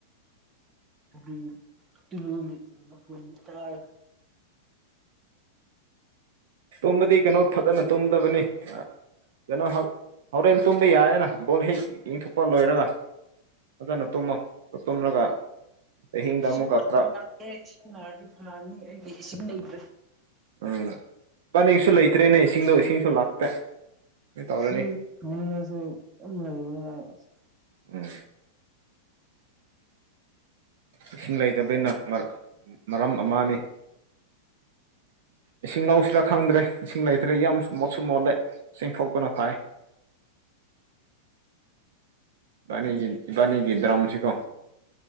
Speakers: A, on the right; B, on the right.
A: <unintelligible> ꯇꯨꯂꯨꯒꯤ ꯃꯈꯣꯟꯗꯤ ꯇꯥꯏ
B: ꯇꯨꯝꯕꯗꯤ ꯀꯩꯅꯣ ꯐꯖꯅ ꯇꯨꯝꯗꯕꯅꯤ ꯀꯩꯅꯣ ꯍꯧ ꯍꯧꯔꯦꯟ ꯇꯨꯝꯕ ꯌꯥꯏꯅ ꯕꯣꯜ ꯍꯦꯛ ꯌꯦꯡꯊꯣꯛꯄ ꯂꯣꯏꯔꯒ ꯐꯖꯅ ꯇꯨꯝꯃꯣ ꯇꯨꯝꯂꯒ ꯑꯍꯤꯡꯗ
A: ꯏꯁꯤꯡ
B: ꯑꯃꯨꯛꯀ
A: ꯑꯗꯨ
B: ꯈꯔ
A: ꯂꯥꯛꯑꯦ ꯏꯁꯤꯡ ꯅꯥꯔꯗꯤ ꯐꯔꯅꯤ ꯑꯩꯒꯤ ꯏꯁꯤꯡ ꯂꯩꯇ꯭ꯔꯦ
B: ꯎꯝ ꯄꯅꯤꯁꯨ ꯂꯩꯇ꯭ꯔꯦꯅꯦ ꯏꯁꯤꯡꯗꯣ ꯏꯁꯤꯡꯁꯨ ꯂꯥꯛꯇꯦ ꯀꯩ ꯇꯧꯔꯅꯤ
A: ꯁꯤ <unintelligible> ꯌꯥꯝ ꯂꯩꯌꯦ
B: ꯎꯝ ꯏꯁꯤꯡ ꯂꯩꯇꯕꯩꯅ ꯃ ꯃꯔꯝ ꯑꯃꯅꯤ ꯏꯁꯤꯡ ꯂꯧꯁꯤꯔꯥ ꯈꯪꯗ꯭ꯔꯦ ꯏꯁꯤꯡ ꯂꯩꯇ꯭ꯔꯦ ꯌꯥꯝ ꯃꯣꯠꯁꯨ ꯃꯣꯠꯂꯦ ꯆꯤꯡꯊꯣꯛꯄꯅ ꯐꯩ ꯏꯕꯥꯅꯤꯒꯤ ꯏꯕꯥꯅꯤꯒꯤ ꯗ꯭ꯔꯝꯁꯤꯀꯣ